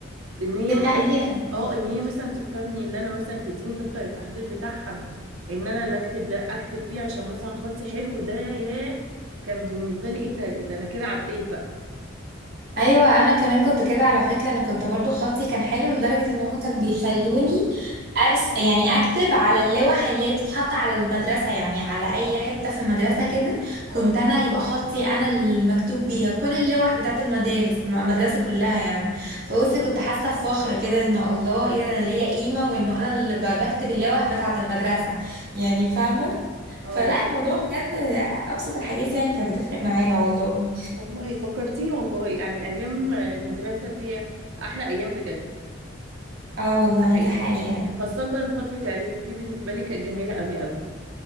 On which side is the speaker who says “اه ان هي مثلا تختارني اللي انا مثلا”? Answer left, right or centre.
Right